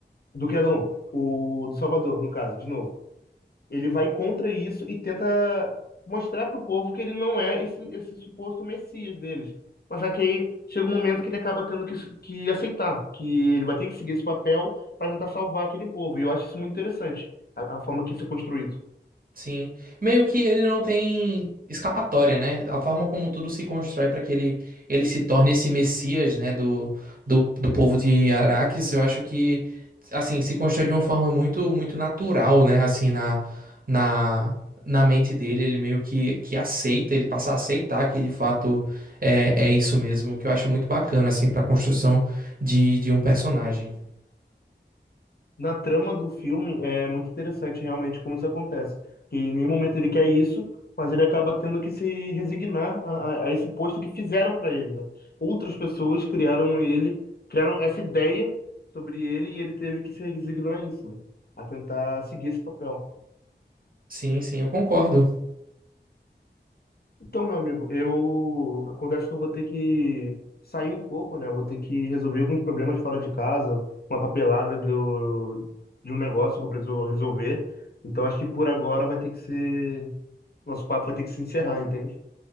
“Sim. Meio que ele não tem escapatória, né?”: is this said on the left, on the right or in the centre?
Right